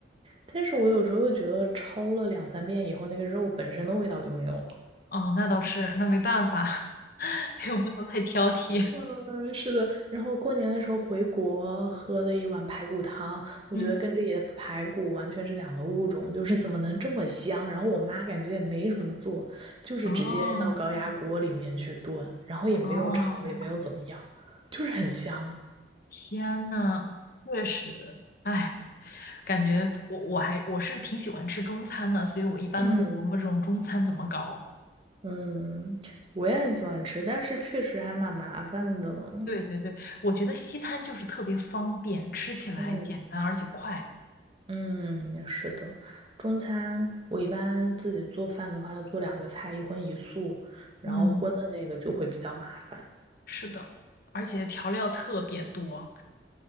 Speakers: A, on the right (about 30°); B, on the left (about 55°).
A: 但是我有时候又觉得焯了两三遍以后，那个肉本身的味道就没有了。
B: 哦，那倒是，那没办法，<laughs> 又不能太挑剔。
A: 嗯，是的。然后过年的时候回国喝的一碗排骨汤，我觉得跟这里的排骨完全是两个物种，
B: 嗯，
A: 就是怎么能这么香？然后我妈感觉也没什么做，就是直接扔到高压锅里面去炖，
B: 哦，
A: 然后也没有炒，
B: 哦。
A: 也没有怎么样，就是很香。
B: 天呐，确实，哎，感觉我我还我是挺喜欢吃中餐的，所以我一般都会琢磨这种中餐怎么搞。
A: 嗯嗯，我也很喜欢吃，但是确实还蛮麻烦的。
B: 对对对，我觉得西餐就是特别方便，吃起来简单而且快。
A: 嗯。嗯，是的，中餐我一般自己做饭的话，要做两个菜，一荤一素，然后荤的那个就会比较麻烦。
B: 嗯，是的，而且调料特别多。